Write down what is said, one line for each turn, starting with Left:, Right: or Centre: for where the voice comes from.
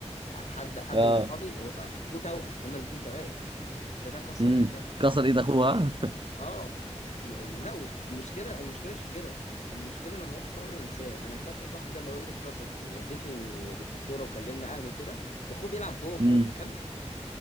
Left: ح- حد حد
Right: اه
Left: من صحابي هو- اخوه توأم هما الاتنين توائم فده كسر
Right: امم
Left: ايد ده
Right: كسر ايد اخوها
Left: اه وم- ولا المشكله المشكله مش في كده المشكله لما الموقف ده عمري ما انساه انا خدت صاحبي ده اللي هو ايده اتكسرت ووديته للدكتوره وكلمنا اهله وكده واخوه بيلعب جوه
Right: امم
Left: جوه مكمل